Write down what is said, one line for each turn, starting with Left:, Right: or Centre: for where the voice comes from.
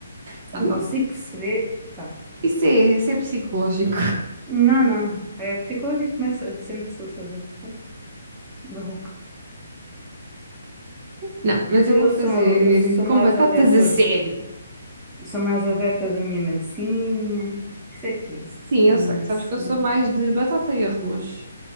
Right: Sabe
Centre: não consigo
Right: nada.
Centre: perceber. Tá.
Right: Isso é, isso é psicológico.
Centre: Não, não, é psicológico, mas sempre sou sabaterra na boca.
Right: Não, mas
Centre: Eu
Right: eu vou fazer
Centre: sou, eu sou
Right: com
Centre: mais
Right: batatas
Centre: adepta,
Right: a sério.
Centre: de- sou mais adepta da minha massinha. Isso aqui,
Right: Sim,
Centre: minha
Right: eu sei. Sabes
Centre: massinha.
Right: que eu sou mais de batata e arroz.